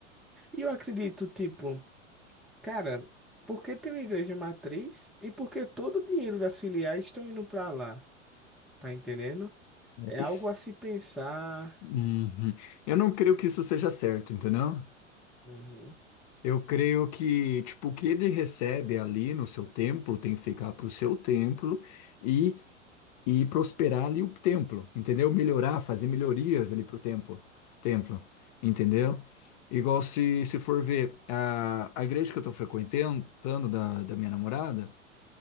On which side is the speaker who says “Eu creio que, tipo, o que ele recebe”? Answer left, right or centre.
Left